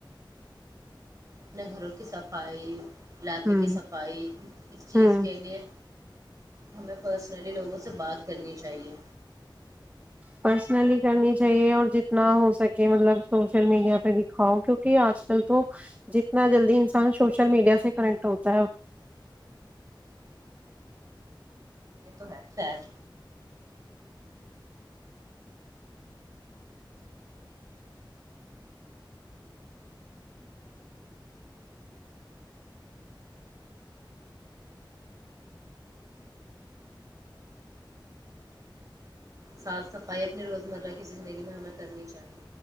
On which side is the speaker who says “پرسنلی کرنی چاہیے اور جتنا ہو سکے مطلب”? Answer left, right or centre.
Right